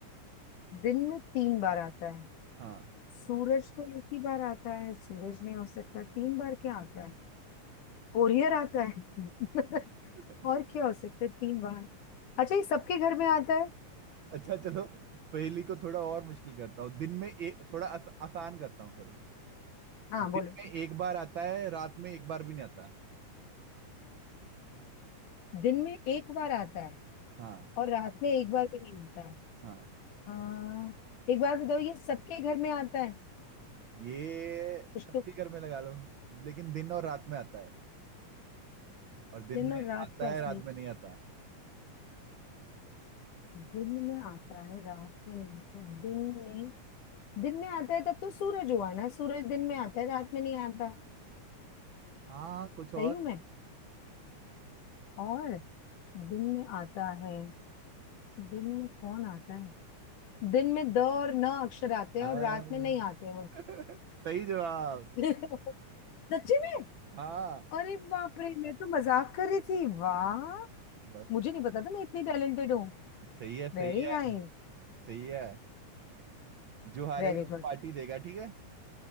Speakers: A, on the left; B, on the right.
A: दिन में तीन बार आता है
B: हाँ
A: सूरज तो एक ही बार आता है सूरज नहीं हो सकता तीन बार क्या आता है ओरियर आता है <laughs>
B: <laughs>
A: और क्या हो सकता है तीन बार अच्छा ये सबके घर में आता है
B: अच्छा चलो पहेली को थोड़ा और मुश्किल करता हूँ दिन में एक थोड़ा आस, आसान करता हूँ सॉरी
A: हाँ
B: दिन
A: बोलो
B: में एक बार आता है रात में एक बार भी नहीं आता
A: दिन में एक बार आता है
B: हाँ
A: और रात में एक बार भी नहीं आता
B: हाँ
A: हाँ एक बार बताओ ये सबके घर में आता है
B: ये
A: कुछ
B: सबके
A: तो
B: घर में लगा लो लेकिन दिन और रात में आता है और दिन
A: दिन
B: में
A: और रात
B: आता
A: का असली
B: है रात में नहीं आता
A: दिन में आता है रात में नहीं आता है दिन में दिन में आता है तब तो सूरज हुआ ना सूरज दिन में आता है रात में नहीं आता
B: हाँ कुछ और
A: सही हूँ मैं और दिन में आता है दिन में कौन आता है दिन में द और न अक्षर आते हैं
B: हाँ
A: और रात में नहीं आते वो
B: <laughs> सही जवाब
A: <laughs> सच्ची में
B: हाँ
A: अरे बाप रे मैं तो मजाक कर रही थी वाह
B: बस
A: मुझे
B: बस
A: नहीं पता था मैं इतनी टैलेंटेड हूँ
B: सही है
A: Very
B: सही है
A: nice
B: सही है जो हारेगा
A: Very
B: वो
A: good
B: पार्टी देगा ठीक है